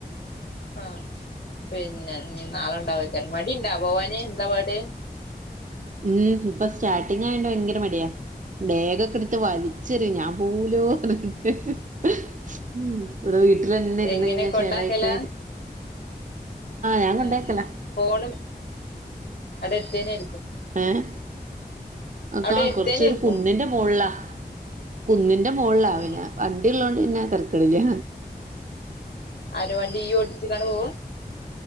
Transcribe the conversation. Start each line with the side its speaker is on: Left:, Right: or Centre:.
Left: ആഹ് പിന്നെ ഇഞ്ഞി നാളെ ഉണ്ടാവാക്കാരം മടിണ്ടാ പോവാന് എന്താപാട്?
Right: ഉം ഇപ്പൊ സ്റ്റാർട്ടിങ് ആയോണ്ട് ഭയങ്കര മടിയാ ബേഗൊക്കെ ട്ത്ത് വലി ചെറിം ഞാൻ പോവൂലോന്ന് പർഞ്ഞിട്ട്. ഉം ഇവടെ വീട്ടിലന്നെ ഇര്ന്ന്
Left: എങ്ങനെ
Right: ഇങ്ങനെ
Left: കൊണ്ടാക്കലാ
Right: ചേലായിട്ട്. ഞാൻ കൊണ്ടേക്കലാ
Left: ആഹ് ഫോണും അവടെട്ത്തെന്നെ.
Right: ഏഹ്
Left: അവിടെ
Right: കാ
Left: എടുത്തേനായിരിക്കും
Right: കൊർചൊരു കുന്നിന്റെ മോ മോള്ള കുന്നിന്റെ മോള്ളാ
Left: ആഹ്
Right: പിന്നെ വണ്ടിള്ളോണ്ട് പിന്നെ തര്ക്കട് ല്ല്യ.
Left: ആര് വണ്ടിയ്യ് ഓടിച്ചാണ്ട് പോവ്വാ?